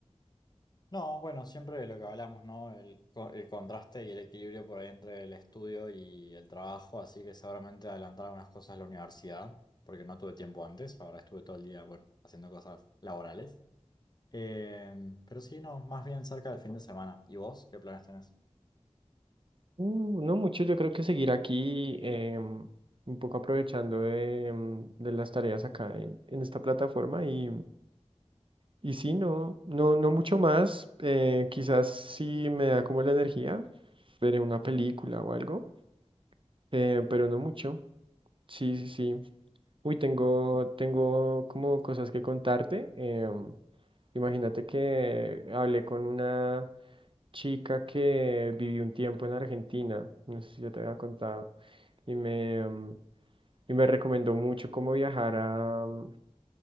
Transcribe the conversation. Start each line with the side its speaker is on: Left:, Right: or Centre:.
Left: No, bueno, siempre de lo que hablamos, ¿no? El, co- el contraste y el equilibrio por ahí entre el estudio y el trabajo, así que seguramente adelantar algunas cosas a la universidad, porque no tuve tiempo antes, ahora estuve todo el día, bueno, haciendo cosas laborales. Eh, pero sí, no, más bien cerca del fin de semana. ¿Y vos qué planes tenés?
Right: Uh, no mucho, yo creo que seguir aquí, em, un poco aprovechando de, em, de las tareas acá en, en esta plataforma. Y, y sí, no, no, no mucho más. Eh, quizás si me da como la energía, veré una película o algo. eh, pero no mucho. Sí, sí, sí. Uy, tengo, tengo como cosas que contarte. em, imagínate que hablé con una chica que vivió un tiempo en Argentina, no sé si yo te había contado, y me, em, y me recomendó mucho cómo viajar a, mm,